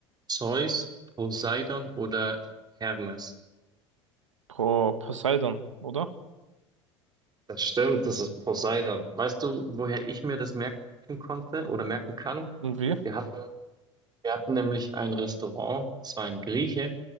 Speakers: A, on the right (about 25°); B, on the right (about 80°).
A: Zeus, Poseidon oder Hermes?
B: Pro Poseidon, oder?
A: Das stimmt, das ist Poseidon. Weißt du, woher ich mir das merken konnte oder merken kann?
B: Und wie?
A: Wir hatten, wir hatten nämlich ein Restaurant, es war ein Grieche